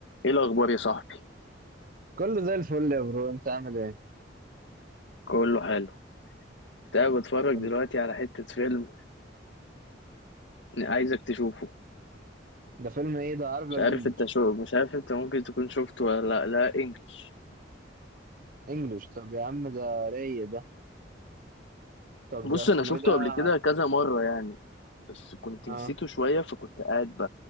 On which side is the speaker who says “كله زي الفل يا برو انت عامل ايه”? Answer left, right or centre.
Right